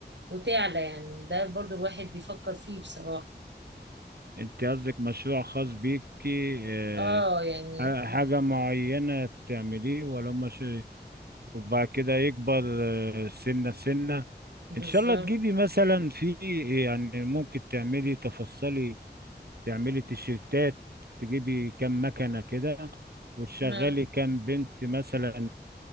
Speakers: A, on the right (about 80°); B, on the right (about 60°).
A: وتعلى يعني ده برضو الواحد بيفكر فيه بصراحة
B: أنت قصدك مشروع خاص بيكي إيه،
A: اه يعني
B: ح- حاجة معينة تعمليه ولا مش وبعد كده يكبر آه، سنة سنة
A: بالظبط
B: ان شاء الله تجيبي مثلا في يعني ممكن تعملي تفصلي تعملي تيشيرتات تجيبي كام مكنة كده وتشغلي
A: اه
B: كام بنت مثلا